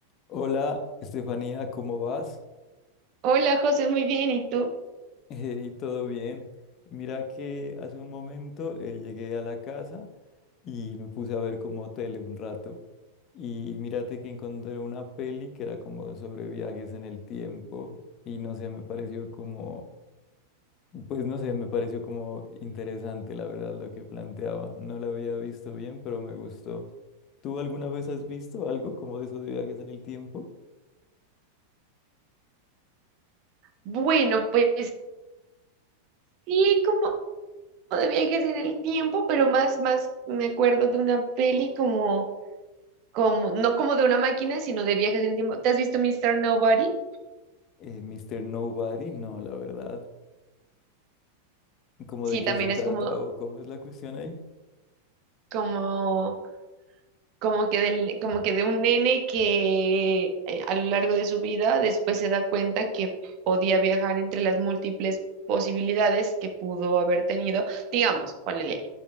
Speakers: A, on the left (about 35°); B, on the right (about 40°).
A: Hola, Estefanía, ¿cómo vas? <laughs>
B: Hola José, muy bien, ¿y tú?
A: Eh, ¿y todo bien? Mira que hace un momento eh, llegué a la casa y me puse a ver como tele un rato. Y mírate que encontré una peli que era como sobre viajes en el tiempo y no sé, me pareció como, pues no sé, me pareció como interesante la verdad lo que planteaba. No la había visto bien, pero me gustó. ¿Tú alguna vez has visto algo como de eso de viajes en el tiempo?
B: Bueno, pues sí, como de viajes en el tiempo, pero más, más me acuerdo de una peli como, como, no como de una máquina, sino de viajes en el tiempo. ¿Te has visto Mr. Nobody?
A: Eh, Mr. Nobody, no, la verdad. ¿Cómo
B: Sí,
A: de qué
B: también
A: se trata
B: es como,
A: o cómo es la cuestión ahí?
B: como como que del, como que de un nene que eh, a lo largo de su vida después se da cuenta que podía viajar entre las múltiples posibilidades que pudo haber tenido. Digamos, ponele